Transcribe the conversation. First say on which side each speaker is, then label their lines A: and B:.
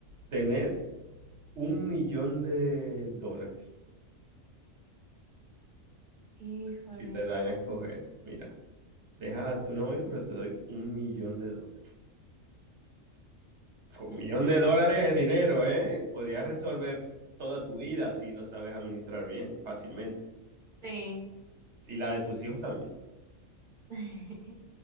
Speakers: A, on the right; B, on the right.
A: tener un millón de dólares
B: Híjole.
A: si te dan a escoger? Mira, dejas a tu novio, pero te doy un millón de dólares. Con un
B: <laughs>
A: millón de dólares es dinero, ¿eh? Podrías resolver toda tu vida si lo sabes administrar bien, fácilmente.
B: Sí.
A: Y la de tus hijos también.
B: <laughs>